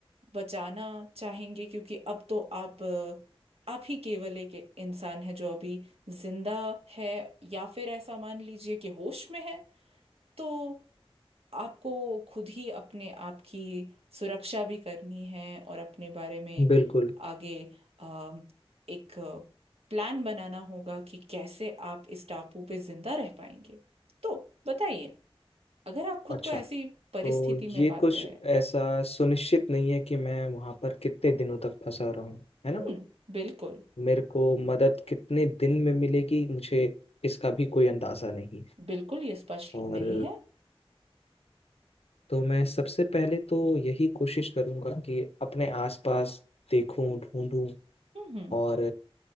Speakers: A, on the right; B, on the left.
A: बचाना चाहेंगे क्योंकि अब तो आप अ, आप ही केवल एक इंसान है जो अभी जिंदा है या फिर ऐसा मान लीजिए कि होश में है तो आपको खुद ही अपने आप की सुरक्षा भी करनी है और अपने बारे में
B: बिल्कुल
A: आगे अम, एक प्लान बनाना होगा कि कैसे आप इस टापू पे जिंदा रह पाएंगे तो बताइए अगर आप खुद
B: अच्छा
A: को ऐसी परिस्थिति
B: तो ये
A: में पाते
B: कुछ
A: हैं
B: ऐसा सुनिश्चित नहीं है कि मैं वहां पर कितने दिनों तक फंसा रहूं है ना
A: हम्म बिल्कुल
B: मेरे को मदद कितने दिन में मिलेगी मुझे इसका भी कोई अंदाज़ा नहीं है।
A: बिल्कुल ये स्पष्ट
B: और
A: नहीं है
B: तो मैं सबसे पहले तो यही कोशिश करूँगा कि अपने आसपास देखूं ढूंढूं
A: हम्म हम्म,
B: और